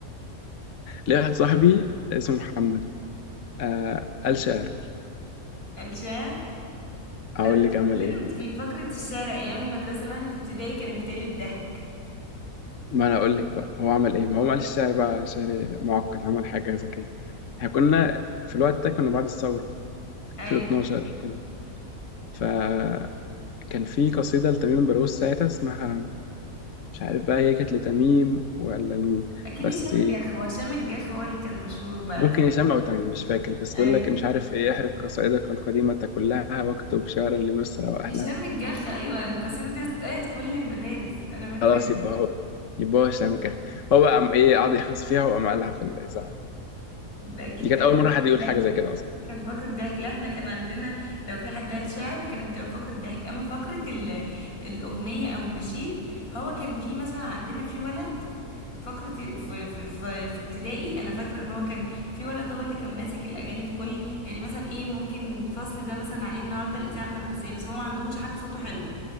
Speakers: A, on the left (about 60°); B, on the left (about 85°).
A: ليه واحد صاحبي اسمه محمد آه قال شعر
B: الشعر لا
A: اقول
B: بس
A: لك عمل
B: خلينا
A: ايه
B: متفقين فقرة الشعر ايام المدرسة واحنا في ابتدائي كانت بتقلب ضحك
A: ما انا اقول لك بقى هو عمل ايه ما هو ما قالش سعر بقى سعر معقد عمل حاجه ذكيه احنا كنا في الوقت ده كنا بعد الثوره
B: ايوه
A: 2012 كده فكان في قصيده لتميم بروز ساعتها اسمها مش عارف بقى هي كانت لتميم ولا لمين
B: اكيد
A: بس
B: هشام الجاخ هو هشام الجاخ هو اللي كان مشهور بعد
A: ممكن هشام او تميم مش فاكر بس
B: ايوه
A: بقول لك مش عارف ايه احرق قصائدك القديمه كلها واكتب شعرا لمصر واهلها
B: هشام الجاخ ايوه القصيدة دي اتقالت كل المدارس انا فاكراها
A: خلاص يبقى هو يبقى هو هشام كده هو بقى قام ايه قعد يحفظ فيها وقام قالها في الاذاعه
B: ده اكيد
A: دي كانت
B: كان
A: اول
B: بتقلب
A: مره حد يقول
B: ضحك
A: حاجه زي كده اصلا.
B: كان فقرة ضحك لا احنا كان عندنا لو في حد قال شعر كانت بتبقى فقرة ضحك اما فقرة ال- الأغنية او النشيد هو كان في مثلا عندنا في ولد فقرة في, في, في, في ابتدائي انا فاكرة ان هو كان في ولد هو اللي كان ماسك الاغاني في كل يعني مثلا ايه ممكن الفصل ده مثلا عليه النهارده الاذاعة المدرسية بس هو ما عندهمش حد صوته حلو